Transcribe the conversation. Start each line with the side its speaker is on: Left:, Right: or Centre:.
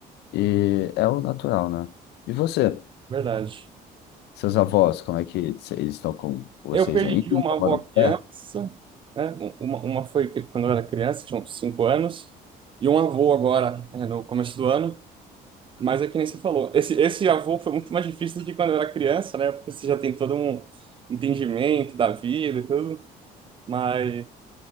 Left: E é o natural, né? E você?
Right: verdade.
Left: Seus avós, como é que eles estão com vocês
Right: Eu perdi
Left: ainda?
Right: uma
Left: Tomaram
Right: avó criança,
Left: pé?
Right: né? Uma, uma foi que- quando eu era criança, tinha uns 5 anos, e um avô agora, né, no começo do ano. Mas é que nem você falou, esse, esse avô foi muito mais difícil do que quando eu era criança, né? Porque você já tem todo um entendimento da vida e tudo, mas